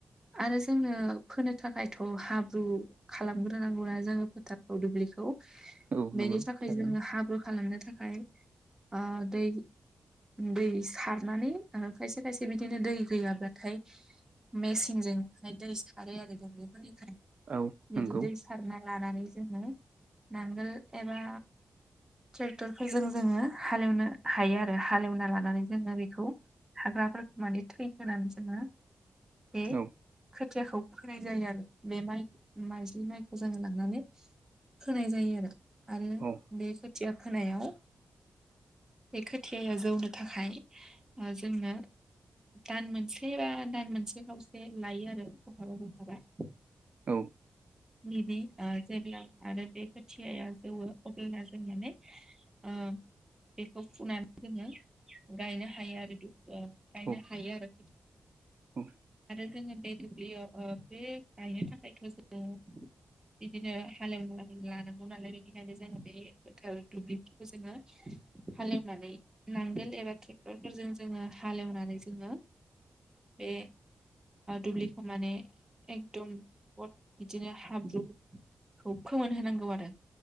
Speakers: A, on the right; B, on the right.
A: आरो जोंनो फोनो थाखायथ' हाब्रु खालामग्रोनांगौ ना जोङो फोथारखौ दुब्लिखौ।
B: औ नंगौ
A: बेनि थाखाय
B: थारैनो
A: जोङो हाब्रु खालामनो थाखाय आ दै दैस सारनानै ओ खायसे खायसे बिदिनो दै गैयाब्लाथाय मेसिनजों दै सारो आरो दुब्लिफोरनिफ्राय
B: औ नंगौ
A: बिदि दै सारना लानानै जोङो नांगोल एबा ट्रेक्टरफोरजों जोङो हालेवनो हायो आरो हालेवना लानानै जोङो बेखौ हाग्राफोरखौ माने थै होनानै जोङो बे
B: औ
A: खोथियाखौ फोनाय जायो आरो। बे माइ माइजलि माइखौ जोङ लांनानै होनाय जायो आरो आरो
B: औ
A: बे खोथिया फोनायाव बे खोथियाया जौनो थाखाय जोंनो दान मोनसेबा दान मोनसे खावसे लायो आरो बहाबा बहाबा
B: औ।
A: बिदि जेब्ला आरो बे खोथियाया जौवो अब्लाना जों बे ओ बेखौ फुनानै जोङो गायनो हायो आरो। ओ गायनो
B: औ
A: हायो आरो।
B: औ
A: आरो जोङो बे दुब्लियाव बे गायनो थाखायथ' जोङो बिदिनो हालेवना लानांगौ नालाय बेनिखायनो जोङो बे दुब्लिफोरखौ जोङो हालौनानै नांगोल एबा ट्रेक्टरफोरजों जोङो हालेवनानै जोङो बे दुब्लिखौ माने एकदम बिदिनो हाब्रुखौ फोमोनहोनांगौ आरो